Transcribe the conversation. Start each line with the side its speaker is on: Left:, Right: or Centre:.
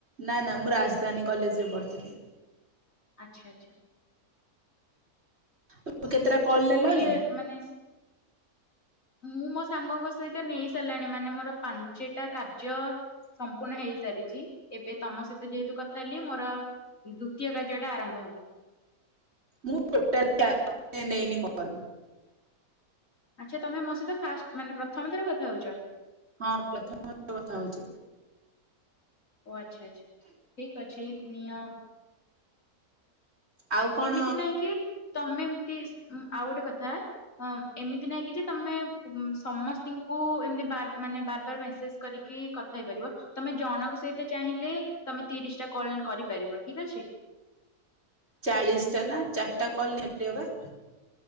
Right: ନା ନା ମୁଁ ରାଜଧାନୀ କଲେଜ ରେ ପଢ଼ିଥିଲି।
Left: ଆଚ୍ଛା ଆଚ୍ଛା।
Right: ତୁ କେତେଟା
Left: ଆଚ୍ଛା
Right: କଲ୍
Left: କୋଉ
Right: ନେଲଣି?
Left: ଇୟର ମାନେ ସ ମୁଁ ମୋ ସାଙ୍ଗଙ୍କ ସହିତ ନେଇ ସାରିଲାଣି ମାନେ ମୋର ପାଞ୍ଚଟା କାର୍ଯ୍ୟ ସମ୍ପୂର୍ଣ୍ଣ ହେଇ ସାରିଚି ଏବେ ତମ ସହିତ ଯେହେତୁ କଥା ହେଲି ମୋର ଦ୍ଵିତୀୟ କାର୍ଯ୍ୟ ଟା ଆରମ୍ଭ ହେଲା।
Right: ମୁଁ ଟୋଟାଲି <unintelligible> ନେଇନି କଲ
Left: ଆଚ୍ଛା ତମେ ମୋ ସହିତ ଫାଷ୍ଟ ମାନେ ପ୍ରଥମ ଥର କଥା ହଉଚ?
Right: ହଁ ପ୍ରଥମ ଥର କଥା ହଉଚି।
Left: ଓ ଆଚ୍ଛା ଆଚ୍ଛା ଠିକ୍ ଅଛି ନିଅଁ
Right: ଆଉ କଣ
Left: ଏମିତି ନହିଁ କି ତମେ ଏମତି ଉଁ ଆଉ ଗୋଟେ କଥା ହଁ ଏମିତି ନାଇଁ କି ଯେ ତମେ ସମସ୍ତି ଙ୍କୁ ଏମିତି ବାର ମାନେ ବାର ବାର ମେସେଜ କରି କି କଥା ହେଇପାରିବ ତମେ ଜଣଙ୍କ ସହିତ ଚାହିଁଲେ ତମେ ତିରିଶ ଟା କଲ କରିପାରିବ ଠିକ ଅଛି।
Right: ଚାଳିଶ ଟା ନା ଚାରିଟା କଲ ନେବେ ବା।